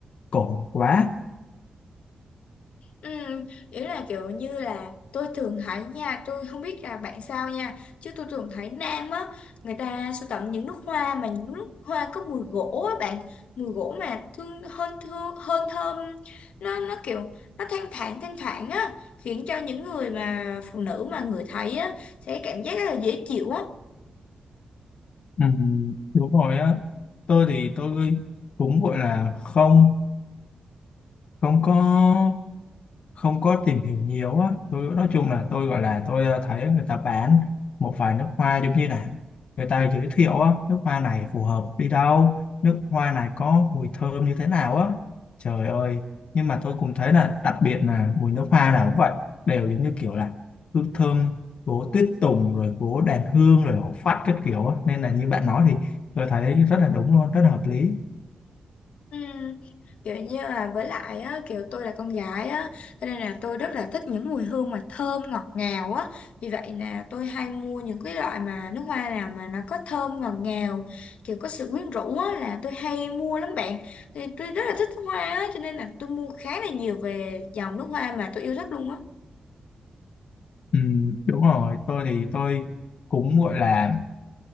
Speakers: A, on the left; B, on the left.
A: cổ quá
B: ừm, ý là kiểu như là tôi thường thấy nha, tôi không biết là bạn sao nha, chứ tôi thường thấy nam á, người ta sưu tầm những nút hoa mà những nút hoa có mùi gỗ á bạn, mùi gỗ mà thương hơn thương hơn thơm, nó nó kiểu nó thanh thản thanh thản á, khiến cho những người mà phụ nữ mà người thấy á sẽ cảm giác rất là dễ chịu á.
A: ừ. đúng rồi á tôi thì tôi cũng gọi là không không có không có tìm hiểu nhiều á tôi nói chung là tôi gọi là tôi ờ, thấy người ta bán một vài nước hoa giống như là người ta giới thiệu á nước hoa này phù hợp đi đâu nước hoa này có mùi thơm như thế nào á trời ơi nhưng mà tôi cũng thấy là đặc biệt là mùi nước hoa nào cũng vậy đều giống như kiểu là hương thơm gỗ tuyết tùng rồi gỗ đàn hương rồi hổ phách các kiểu á nên là như bạn nói thì tôi thấy rất là đúng luôn rất là hợp lý
B: Ừ, kiểu như là với lại á, kiểu tôi là con gái á cho nên là tôi rất là thích những mùi hương mà thơm ngọt ngào á vì vậy là tôi hay mua những cái loại mà nước hoa nào mà nó có thơm ngọt ngào kiểu có sự quyến rũ á là tôi hay mua lắm bạn thì tôi rất là thích hoa á cho nên là tôi mua khá là nhiều về dòng nước hoa mà tôi yêu thích luôn á
A: ừ, đúng rồi tôi thì tôi cũng gọi là